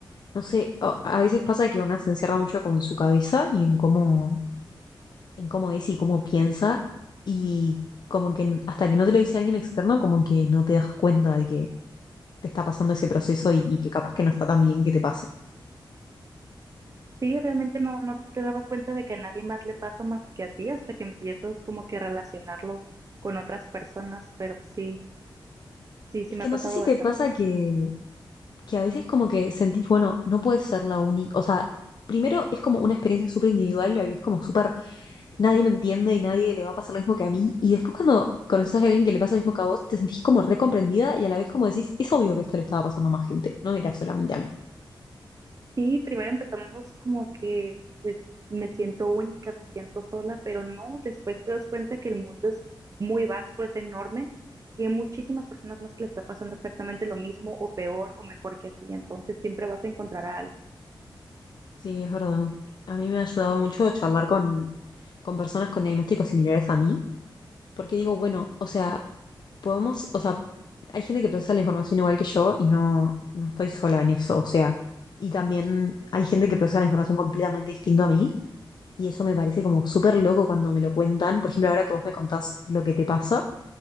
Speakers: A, on the left (about 55°); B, on the right (about 40°).
A: no sé, a, a veces pasa que una se encierra mucho como en su cabeza y en cómo en cómo es y cómo piensa y como que n- hasta que no te lo dice alguien externo, como que no te das cuenta de que te está pasando ese proceso y, y que capaz que no está tan bien que te pase.
B: Sí, realmente no, no te dabas cuenta de que a nadie más le pasa más que a ti hasta que empiezas como que a relacionarlo con otras personas, pero sí, sí, sí
A: Es
B: me
A: que
B: ha pasado
A: no sé si
B: bastante.
A: te pasa que, que a veces como que sentís, bueno, no puedes ser la única, o sea, primero es como una experiencia súper individual, la vivís como súper, nadie me entiende y nadie le va a pasar lo mismo que a mí, y después cuando conoces a alguien que le pasa lo mismo que a vos, te sentís como recomprendida y a la vez como decís, es obvio que esto le estaba pasando a más gente, no era solamente a mí.
B: Sí, primero empezamos como que pues, me siento única, me siento sola, pero no, después te das cuenta que el mundo es muy vasto, es enorme y hay muchísimas personas más que le está pasando exactamente lo mismo o peor o mejor que a ti, entonces siempre vas a encontrar a alguien.
A: Sí, es verdad. A mí me ha ayudado mucho charlar con, con personas con diagnósticos similares a mí, porque digo, bueno, o sea, podemos, o sea, hay gente que procesa la información igual que yo y no, no estoy sola en eso, o sea, y también hay gente que procesa la información completamente distinto a mí, y eso me parece como súper loco cuando me lo cuentan. Por ejemplo, ahora que vos me contás lo que te pasa,